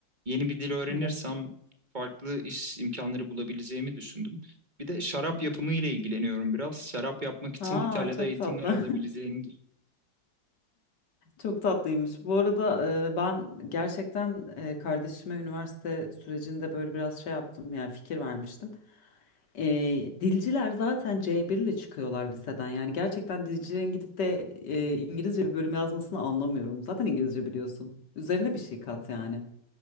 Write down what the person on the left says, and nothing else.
Evet.
Aa
çok
tatlı.
<laughs> Çok tatlıymış. Bu arada e, ben gerçekten e, kardeşime üniversite sürecinde böyle biraz şey yaptım. Yani fikir vermiştim. E, dilciler zaten C1 ile çıkıyorlar liseden. Yani gerçekten dilcilerin gidip de e, İngilizce bir bölüm yazmasını anlamıyorum. Zaten İngilizce biliyorsun. Üzerine bir şey kat yani.